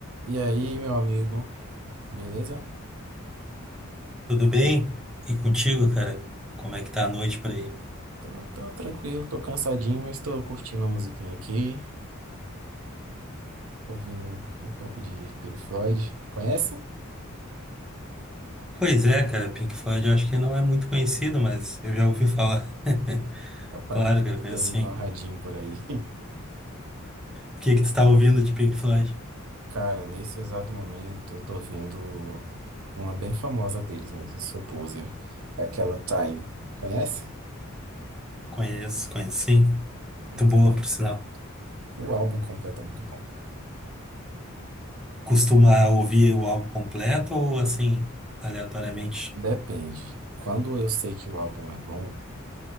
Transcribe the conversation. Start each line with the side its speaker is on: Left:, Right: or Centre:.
Right: E aí, meu amigo, beleza?
Centre: Tudo bem? E contigo, cara? Como é que tá a noite por aí?
Right: Tô, tô tranquilo, tô cansadinho, mas tô curtindo a musiquinha aqui, ouvindo um pouco de Pink Floyd. Conhece?
Centre: Pois é, cara, Pink Floyd eu acho que não é muito conhecido, mas eu já ouvi falar. <laughs>
Right: Rapaz,
Centre: Claro, cara,
Right: eu
Centre: conheço
Right: tenho ouvido
Centre: sim.
Right: uma radinho por aí.
Centre: O que que tu tá ouvindo de Pink Floyd?
Right: <laughs> Cara, nesse exato momento eu tô ouvindo uma bem famosa deles mesmo, Soul Poser, é aquela Time. Conhece?
Centre: Conheço, conheço sim.
Right: Muito
Centre: Muito boa,
Right: bom.
Centre: por sinal.
Right: O álbum completo é muito bom.
Centre: Costuma ouvir o álbum completo ou assim, aleatoriamente?
Right: Depende. Quando eu sei que o álbum é bom,